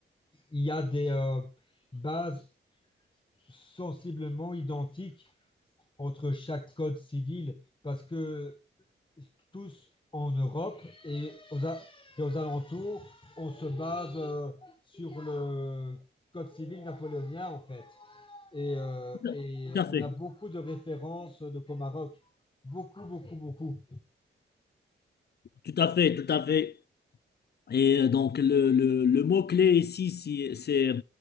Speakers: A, on the left; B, on the left.
A: il y a des euh, bases sensiblement identiques entre chaque code civil parce que tous en Europe et aux, a- et aux alentours, on se base euh, sur le code civil napoléonien en fait. Et, euh,
B: tout
A: et
B: à fait.
A: on a beaucoup de références de Comaroc. Beaucoup, beaucoup, beaucoup.
B: Tout à fait, tout à fait. Et euh, donc, le, le- le mot-clé ici, si- c'est euh,